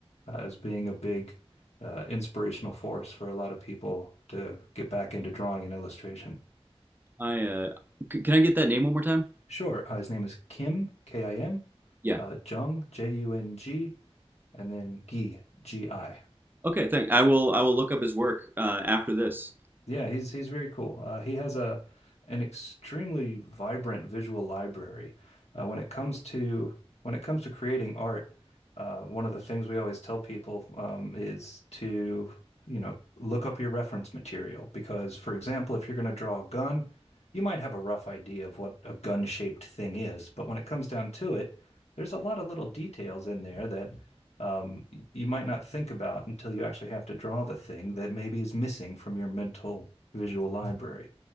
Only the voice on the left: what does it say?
uh, as being a big uh, inspirational force for a lot of people to get back into drawing and illustration.
Sure, uh, his name is Kim K I M,
uh, Jung J U N G, and then Gi G I.
Yeah, he's he's very cool. Uh, he has a an extremely vibrant visual library. Uh, when it comes to when it comes to creating art, uh, one of the things we always tell people um, is to you know look up your reference material because, for example, if you're going to draw a gun, you might have a rough idea of what a gun-shaped thing is, but when it comes down to it, there's a lot of little details in there that um, you might not think about until you actually have to draw the thing that maybe is missing from your mental visual library.